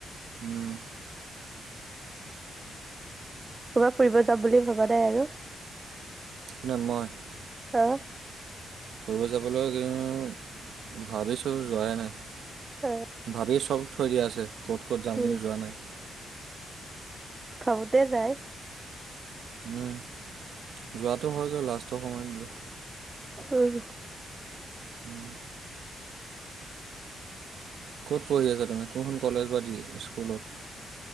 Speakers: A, on the right (about 75°); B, on the right (about 30°).
A: উম।
B: কবাত ফুৰিব যাম বুলি ভাবা নাই আৰু?
A: ন মই
B: হা?
A: ফুৰিব যাবলৈ কিন্তু ভাবিছো যোৱাই নাই।
B: অ
A: ভাবি চাও। থৈ দিয়া আছে ক'ত ক'ত যাম
B: উম
A: কিন্তু যোৱা নাই।
B: ভাবোতে যায়।
A: হুম, যোৱাটো হয়গৈ লাষ্টৰ সময়ত গৈ।
B: উম।
A: উম। ক'ত পঢ়ি আছা তাৰমানে কোনখন কলেজ বা দি স্কুলত?